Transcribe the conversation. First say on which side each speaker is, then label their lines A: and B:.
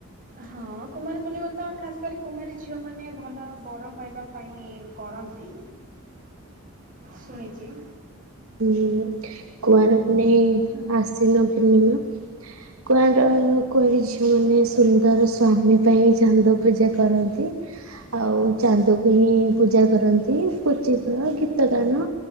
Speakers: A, on the right; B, on the right.
A: ହଁ କୁମାରପୂର୍ଣ୍ଣିମା ତ ଖାସ କରି କୁମାରୀ ଝିଅ ମାନେ ଭଲ ବର ପାଇବା ପାଇଁ କ ରନ୍ତି ଶୁଣିଚି।
B: ହୁଁ କୁଆଁର ପନେଇଁ ଆଶ୍ଵିନ ପୂର୍ଣ୍ଣିମା। କୁଆଁର କୁଆଁରୀ ଝିଅମାନେ ସୁନ୍ଦର ସ୍ଵାମୀ ପାଇଁ ଚାନ୍ଦ ପୂଜା କରନ୍ତି। ଆଉ ଚାନ୍ଦକୁ ହିଁ ପୂଜା କରନ୍ତି। ପୁଚି ଖେଳ ଗୀତ ଗାନ